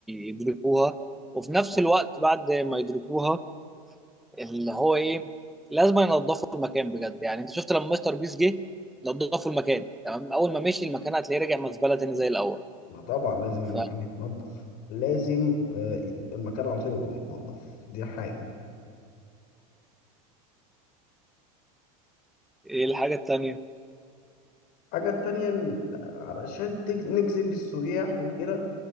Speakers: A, in the centre; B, on the left.
A: يدركوها وفي نفس الوقت بعد ما يدركوها اللي هو إيه لازم ينظفوا المكان بجد يعني أنت شفت لما مستر بيس جه نظفوا المكان تمام أول ما مشي المكان هتلاقيه راجع مزبلة تاني زي الأول
B: ما طبعا لازم المكان
A: فإيه
B: يتنضف لازم آه، المكان على طول يبقى متنضف دي حاجه
A: الحاجة التانية
B: الحاجه التانية إن- علشان تج- نجذب السياح وكده